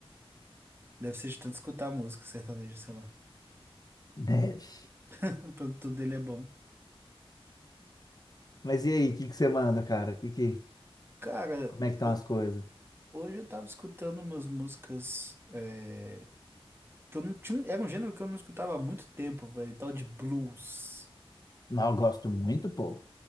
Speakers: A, on the right; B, on the left.
A: Deve ser de tanto escutar música sertaneja, sei lá.
B: Deve.
A: <laughs> O produto dele é bom.
B: Mas e aí, o que que você manda, cara? Que que,
A: Cara,
B: como é que estão
A: eu-
B: as coisas?
A: hoje eu tava escutando umas músicas é, que eu não tinha. Era um gênero que eu não escutava há muito tempo, velho. Tal de blues.
B: Não, eu gosto muito, pô.